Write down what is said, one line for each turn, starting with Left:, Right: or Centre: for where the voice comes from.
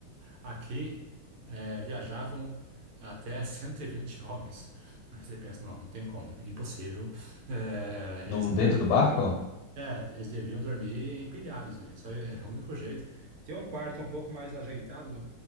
Right: aqui eh, viajavam até <laughs> 120 homens. Aí Você pensa, não, não tem como, é impossível. Eh,
Left: Num,
Right: eles deviam,
Left: dentro do barco?
Right: é, eles deviam dormir empilhados aí, só é o único jeito. Tem um quarto um pouco mais ajeitado no,